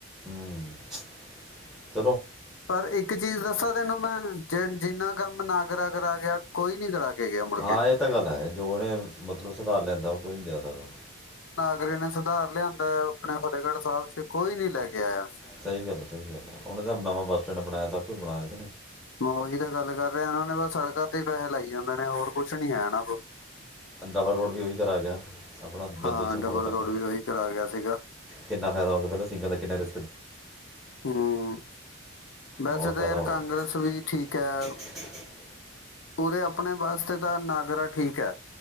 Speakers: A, in the centre; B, on the left.
A: ਹਮ
B: ਪਰ ਇੱਕ ਚੀਜ਼ ਦੱਸਾਂ ਤੈਨੂੰ ਮੈਂ ਜੇ ਜਿੰਨਾ ਕੰਮ ਨਾ ਕਰਾ ਕਰਾ ਗਿਆ ਕੋਈ ਨੀ ਕਰਾ ਕੇ ਗਿਆ ਮੁੜ
A: ਹਾਂ
B: ਕੇ
A: ਇਹ ਤਾਂ ਗੱਲ ਹੈ ਜੋ ਉਹਨੇ ਮਤਲਬ ਸੁਧਾਰ ਲਿਆਂਦਾ ਉਹ ਕੋਈ ਨੀ ਲਿਆ ਸਕਦਾ
B: ਅਗਰ ਇਹਨੇ ਸੁਧਾਰ ਲਿਆਂਦਾ ਆਪਣੇ ਫਤਿਹਗੜ੍ਹ ਸਾਹਿਬ ਚ ਕੋਈ ਨੀ ਲੈ ਕੇ ਆਇਆ
A: ਸਹੀ ਗੱਲ ਆ ਸਹੀ ਗੱਲ ਆ ਉਹਨੇ ਤਾਂ ਨਵਾਂ ਬੱਸ ਸਟੈਂਡ ਬਣਾਇਆ ਸਭ ਕੁਝ ਬਣਾਇਆ
B: ਮ ਓਹੀ ਤਾ ਗੱਲ ਕਰ ਰਿਹਾ ਬਸ ਸੜਕਾਂ ਤੇ ਪੈੇਹੇ ਲਾਈ ਜਾਂਦੇ ਨੇ ਹੋਰ ਕੁਛ ਨੀ ਹੈ ਏਨਾ ਕੋ
A: ਡਬਲ ਰੋਡ ਵੀ ਉਹੀ ਕਰਾ ਗਿਆ ਆਪਣਾ
B: ਹਾਂ
A: ਦੂਸਰੇ
B: ਡਬਲ
A: ਮੜੋਂ ਤੱਕ
B: ਰੋਡ ਵੀ ਉਹੀ ਕਰਾ ਗਿਆ ਸੀਗਾ
A: ਕਿੰਨਾ ਫਾਇਦਾ ਹੋ ਗਿਆ ਪਹਿਲਾਂ ਸਿੰਗਲ ਦਾ ਕਿੰਨਾ ਰਿ
B: ਹਮ, ਵੈਸੇ
A: ਬਹੁਤ
B: ਤਾਂ
A: ਫਾਇਦਾ
B: ਯਾਰ
A: ਹੋ
B: ਕਾਂਗਰਸ
A: ਗਿਆ
B: ਵੀ ਠੀਕ ਹੈ। ਉੂਰੇ ਆਪਣੇ ਬਸ ਤੇ ਤਾਂ ਨਾਗਰਾ ਠੀਕ ਹੈ